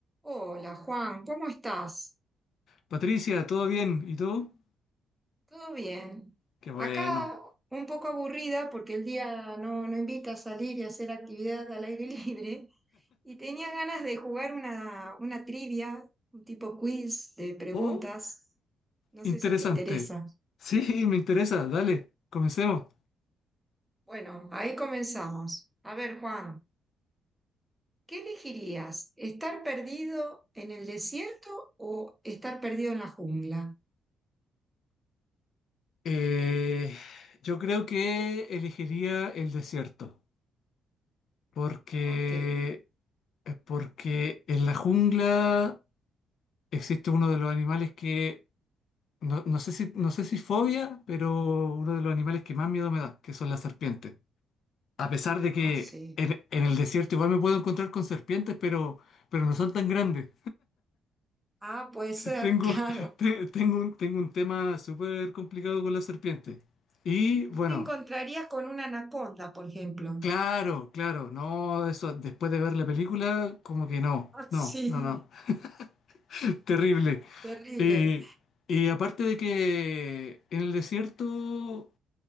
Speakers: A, in the centre; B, on the left (about 55°).
A: Hola Juan, ¿cómo estás?
B: Patricia, ¿todo bien? ¿Y tú?
A: ¿Todo bien?
B: Qué bueno.
A: Acá un poco aburrida porque el día no, no invita a salir y hacer actividad al aire <laughs> libre y tenía ganas de jugar una, una trivia, un tipo quiz de preguntas.
B: Oh,
A: No
B: interesante.
A: sé si te interesa.
B: Sí, <laughs> me interesa. Dale, comencemos.
A: Bueno, ahí comenzamos. A ver Juan, ¿qué elegirías? ¿Estar perdido en el desierto o estar perdido en la jungla?
B: Eh, yo creo que elegiría el desierto, porque,
A: ¿Por qué?
B: eh, porque en la jungla existe uno de los animales que, no, no sé si, no sé si fobia, pero uno de los animales que más miedo me da, que son las serpientes. A pesar
A: Ah,
B: de que
A: sí.
B: en, en el desierto igual me puedo encontrar con serpientes, pero, pero no son tan grandes.
A: Ah, puede ser,
B: Tengo,
A: <laughs> claro.
B: <laughs> te- tengo un, tengo un tema súper complicado con la serpiente. Y bueno,
A: Te encontrarías con una anaconda, por ejemplo.
B: claro,
A: <laughs>
B: claro, no, eso después de ver la película, como que no,
A: Ah,
B: no,
A: Sí,
B: no, no, <laughs> terrible.
A: terrible.
B: Y, y aparte de que en el desierto